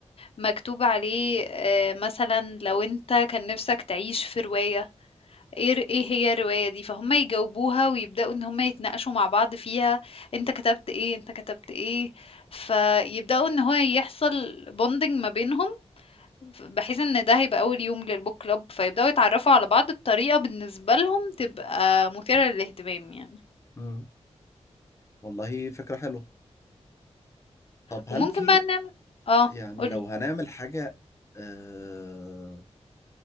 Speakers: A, on the left; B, on the left.
A: مكتوب عليه آآ، مثلًا لو أنت كان نِفْسك تعيش في رواية ايه ر- إيه هي الرواية دي فهم يجاوبوها ويبدأوا ان هم يتناقشوا مع بعض فيها انت كتبت ايه انت كتبت ايه فيبدأوا ان هو يحصل بوندنج ما بينهم ف- بحيث ان ده هيبقى اول يوم للبوك كلوب فيبدأوا يتعرفوا على بعض بطريقة بالنسبة لهم تبقى مثيرة للاهتمام يعني
B: مم. والله فكرة حلوة طب هل
A: وممكن
B: في
A: بقى نعمل اه
B: يعني
A: قولي
B: لو هنعمل حاجة آه،